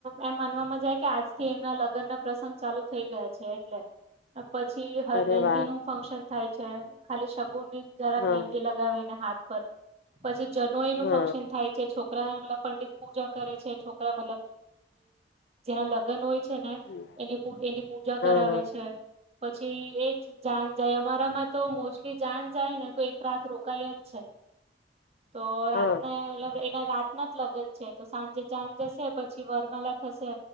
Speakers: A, on the right; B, on the left.
A: એમ માનવામાં જાય કે આજ થી એમના લગન ના પ્રસંગ ચાલુ થઈ ગયા છે એટલે પછી
B: અરે
A: મેહેંદી
B: વાહ
A: નું ફંક્શન થાય. ખાલી શ <unintelligible> ુની જરાક
B: હા
A: મંદી લગાવીને હાથ <unintelligible> પર પછી જનો એનું
B: હા
A: ફંક્શન થાય છે છોક પંડિત પૂજા કરે છે છોકરાલ જે <unintelligible> <unintelligible> છે ને
B: હા
A: એની <unintelligible> એની પૂજા કરાવે
B: હા
A: છે. પછી એ જ જાન જાય અમારામાં તો મોસ્ટલી જાન જાય ને તો એક રાત રો જ છે તો રાતને
B: હા
A: મલબ એને રાત જ લગન છે તો સાંજે જાન જશે પછી વરમાલા થશે